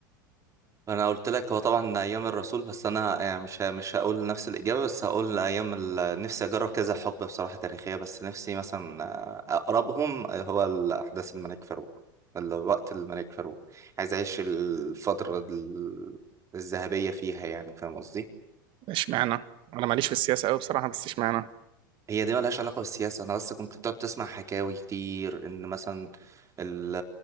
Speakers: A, on the right (about 30°); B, on the right (about 50°).
A: انا قلت لك هو طبعا ايام الرسول بس انا يعني مش مش هقول نفس الاجابه بس هقول ايام ال- نفسي اجرب كذا حقبه بصراحه تاريخيه بس نفسي مثلا اقربهم هو احداث الملك فاروق الوقت الملك فاروق عايز اعيش الفتره ال- الذهبيه فيها يعني فاهم قصدي
B: اشمعنى انا ماليش في السياسه قوي بصراحه بس اشمعنى
A: هي دي ملهاش علاقه بالسياسه انا بس كنت بتقعد تسمع حكاوي كتير ان مثلا ال-